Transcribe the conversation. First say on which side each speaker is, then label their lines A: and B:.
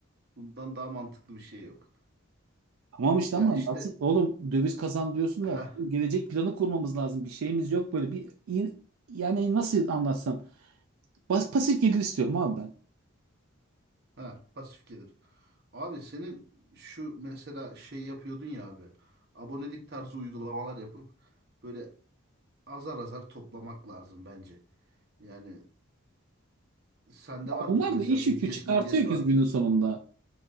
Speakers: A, on the right; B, on the right.
A: Bundan daha mantıklı bir şey yok.
B: Tamam işte
A: Ya
B: ama
A: işte
B: nasıl oğlum döviz kazan diyorsun
A: ha
B: da gelecek planı kurmamız lazım. Bir şeyimiz yok böyle bir yani nasıl anlatsam. Bas, pasif gelir istiyorum abi ben.
A: ha pasif gelir. Abi senin şu mesela şey yapıyordun ya abi. Abonelik tarzı uygulamalar yapıp böyle azar azar toplamak lazım bence. Yani sende vardır
B: Onlar
A: mesela
B: da iş
A: VDS,
B: yükü çıkartıyor
A: MDS
B: ki
A: vardır.
B: günün sonunda.